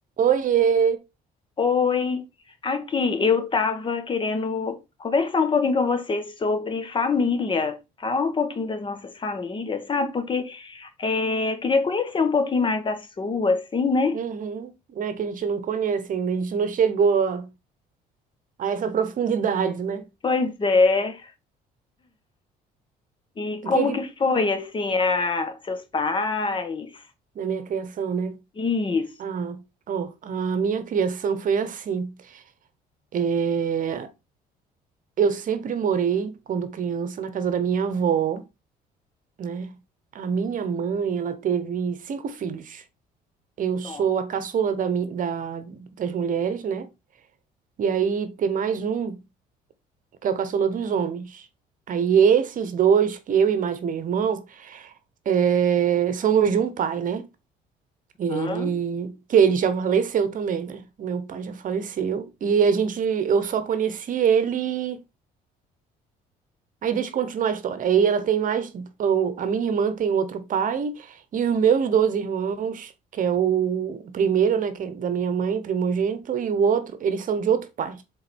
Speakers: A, on the right; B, on the left.
A: Oiê!
B: Oi, aqui eu estava querendo conversar um pouquinho com você sobre família, falar um pouquinho das nossas famílias, sabe? Porque é, eu queria conhecer um pouquinho mais da sua, assim, né?
A: Uhum. Né, que a gente não conhece ainda, a gente não chegou a, a essa profundidade, né?
B: Pois é. E
A: O
B: como
A: que que...
B: que foi, assim, a seus pais?
A: Da minha criação, né?
B: Isso.
A: Ah, ó, a minha criação foi assim. É, eu sempre morei, quando criança, na casa da minha avó, né? A minha mãe, ela teve cinco filhos. Eu sou
B: Ó,
A: a caçula da, mi- da, das mulheres, né? E aí tem mais um, que é o caçula dos homens. Aí esses dois, que eu e mais meu irmão, É, somos de um pai, né? Ele,
B: Aham,
A: que ele já faleceu também, né? Meu pai já faleceu. E a gente, eu só conheci ele. Aí deixa eu continuar a história. Aí ela tem mais, o- a minha irmã tem outro pai e os meus dois irmãos, que é o, o primeiro, né, que é da minha mãe, primogênito, e o outro, eles são de outro pai,